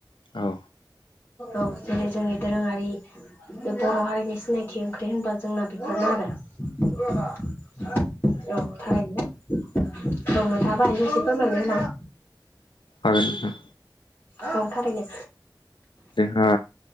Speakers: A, on the left; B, on the left.
A: औ।
B: औ जेरै जोंनि दोरोङारि बे बर हारिनि सिनायथि ओंख्रि होनबा। जोंना बेफोरनो आरो औ थारैनो। औ नोंथांआबो हायोबा एसे फोरमायना होलां।
A: हागोन नोंथां।
B: आं थारैनो।
A: जोंहा